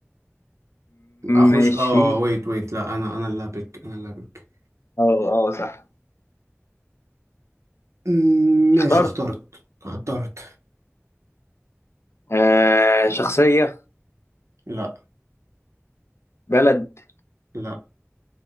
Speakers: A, on the right; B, on the left.
A: اخش
B: ماشي
A: اه ويت ويت لا انا انا اللي هبك انا اللي هبك
B: اه اه صح
A: مم، ماشي
B: اخترت
A: اخترت اخترت
B: آه شخصية
A: لا
B: بلد
A: لا